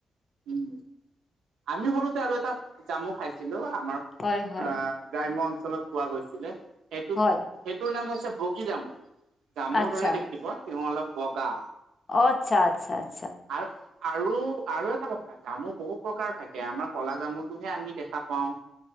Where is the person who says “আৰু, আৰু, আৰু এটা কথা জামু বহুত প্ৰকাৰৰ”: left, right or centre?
Right